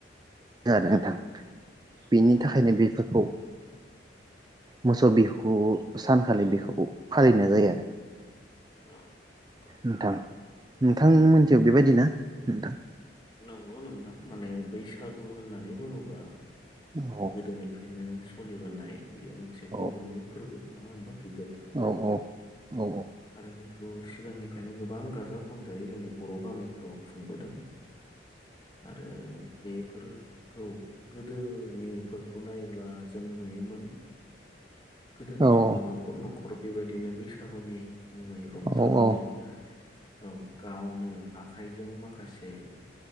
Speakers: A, on the right; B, on the left.
A: ओ नोंथां बिनि
B: उम
A: थाखायनो
B: नंगौ
A: बेफोरखौ मोसौ बिहुखौ सानखालि बिहुखौ फालिनाय जायो आरो
B: औ नंगौ
A: नोंथां नोंथां मोनथि बेबायदि ना नोंथां?
B: नंगौ नोंथां माने बैसागु होननानै बुङोबा
A: औ
B: गोदोनिफ्रायनो स सोलिबोनाय बेयो मोनसे
A: औ
B: बर'निनो फोरबो नङा होमबा गिदिरथार फोरबो
A: औ औ औ
B: आरो बेखौ सिगांनिफ्रायनो गोबां गाजा गोमजायै जोंनि बर' गामिफोराव खुंबोदों। आरो बेफोरखौ गोदोनिफोरखौ नायोब्ला जों नुयोमोन गोदोनि
A: औ
B: समाव न'खर न'ख खर बेबायदिनो बैसागुनि मुङै रंजानानै
A: औ औ
B: औ गावनो आखाइजों माखासे ए।